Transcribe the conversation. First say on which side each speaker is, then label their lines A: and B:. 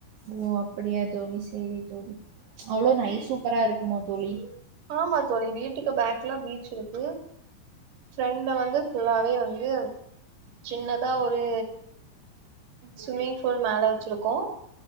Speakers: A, on the right; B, on the right.
A: ஓ அப்படியா தோழி சேரி தோழி அவ்ளோ நைஸ் சூப்பரா இருக்குமா தோழி
B: ஆமா தோழி வீட்டுக்கு பேக்ல பீச் இருக்கு ஃப்ரெண்ட் வந்து ஃபுல்லாவே வந்து சின்னதா ஒரு ஸ்விம்மிங் பூல் மேல வச்சிருக்கோம்